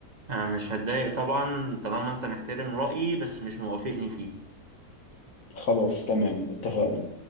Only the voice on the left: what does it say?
خلاص تمام اتفقنا